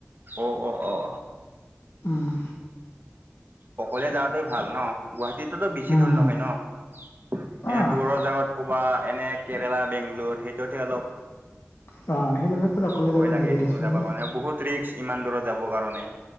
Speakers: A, on the right; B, on the left.
A: অ অ অ।
B: উম
A: অকলে যাৱাতে ভাল ন গুৱাহাটীত। তোত বেছি
B: উম
A: দূৰ নহয় ন? এনে
B: আহ
A: দূৰৰ জাগাত ক'বা এনে। কেৰেলা বেংগলোৰ সেইটোত হে অলপ।
B: অ সেইবিলাকত অকলে
A: ভয়
B: যাব
A: লাগে
B: নোৱাৰি
A: সেইটো
B: দেচোন
A: যাব
B: দে
A: কাৰণে বহুত ৰিক্স। ইমান দূৰত যাব কাৰণে।